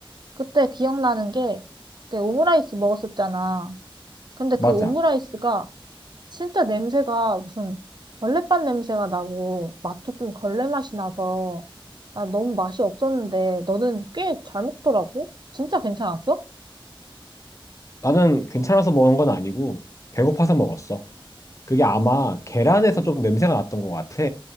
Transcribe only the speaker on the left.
맞아.
나는 괜찮아서 먹은 건 아니고, 배고파서 먹었어. 그게 아마 계란에서 좀 냄새가 났던 것 같아.